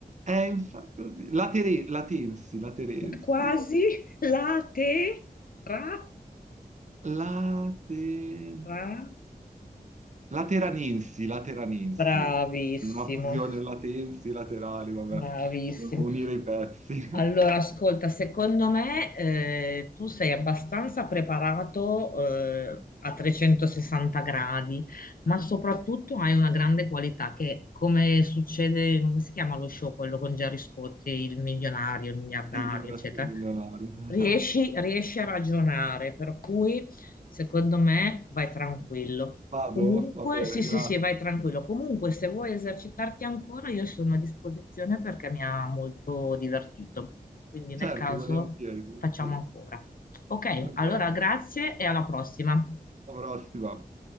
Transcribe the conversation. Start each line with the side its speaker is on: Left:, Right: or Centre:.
Right: Eh, infatti, oddio, latere- latensi, laterensi,
Left: Quasi? La te? Ra?
Right: late-
Left: Ra?
Right: lateranensi, lateranensi.
Left: Bravissimo.
Right: Una fusione latensi, laterali, vabbè,
Left: Bravissimo.
Right: unire i pezzi.
Left: Allora, ascolta, secondo me eh, tu sei abbastanza preparato eh,
Right: <laughs>
Left: a 360 gradi, ma soprattutto hai una grande qualità che, come succede, come si chiama lo show, quello con Gerry Scotti, il milionario, il miliardario,
Right: Sì, chi vuole
Left: eccetera,
Right: essere milionario. <laughs>
Left: riesci, riesci a ragionare, per cui secondo me vai tranquillo.
Right: Vado?
Left: Comunque,
Right: Va bene,
Left: sì, sì,
Right: grazie.
Left: sì, vai tranquillo. Comunque, se vuoi esercitarti ancora, io sono a disposizione perché mi ha molto divertito. Quindi,
Right: Certo,
Left: nel caso,
Right: volentieri, volentieri.
Left: facciamo ancora. Ok,
Right: Ok,
Left: allora grazie e alla prossima.
Right: alla prossima.